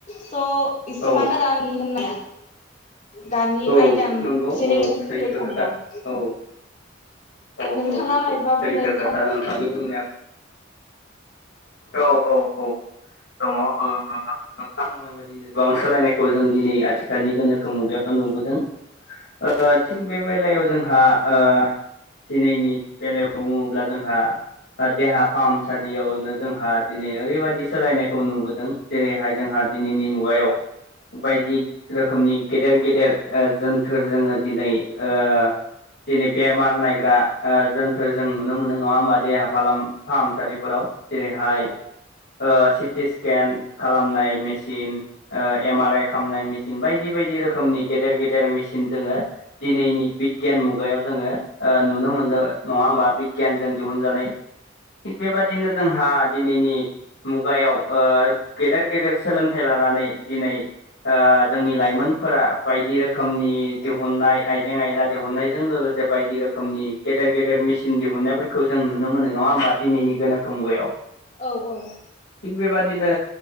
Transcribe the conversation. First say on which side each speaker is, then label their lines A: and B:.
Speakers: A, on the left; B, on the left.
A: स' इसिमानो
B: औ
A: आरो आंनि होननाया दानि
B: औ
A: आयदा
B: नंगौ
A: जेनेरेसन
B: सैथो
A: फैबाय थानायाव।
B: खोथा औ औ
A: नोंथाङा
B: औ नंगौ
A: मायबा
B: सैथो
A: बुंनो
B: खोथा
A: सान
B: नोंथांनि बुंनाया औ औ औ दङ ओ ओ नोंथां बुंनाय बादिनो गोबां सोलायनायखौ जों दिनै आथिखालनि गोनोखो मुगायाव नुबोदों ओ थिग बे बेलायाव जोंहा ओ दिनैनि बेलायाव बुङोब्ला जोंहा देहा फाहामसालियावनो जोंहा दिनै ओरैबायदि सोलायनायखौ नुबोदों जेरैहाय जोंहा दिनैनि मुगायाव बायदि रोखोमनि गेदेर गे देर जोनथोर जोङो दिनै ओ दिनै बेमार नायग्रा ओ जो ओ जों नुनो मोनो नङा होमबा देहा फालाम फाहामसालिफोराव जेरैहाय
A: औ
B: ओ सिटि स्केन खालामनाय मेसिन एम आर आइ खालामनाय मेसिन बायदि बायदि रोखोमनि गेदेर गेदेर मेसिन जोङो दिनैनि बिगियान मुगायाव जोङो ओ नुनो मोनदों नङा होमबा बिगियानजों दिहुनजानाय थिग बेबादिनो जोंहा दिनैनि मुगायाव ओ गेदेर गेदेर सोलोंथाइ लानानै दिनै ओ जोंनि लाइमोनफोरा बायदि रोखोमनि दिहुननाय आइजें आयला दिहुननायजों लोगोसे बायदि रोखोमनि गेदेर गेदेर मेसिन दिहुननायफोरखौ जों नुनो मोन नङा होमबा दिनैनि गोनोखो मुगायाव
A: औ औ
B: थिग बेबादिनो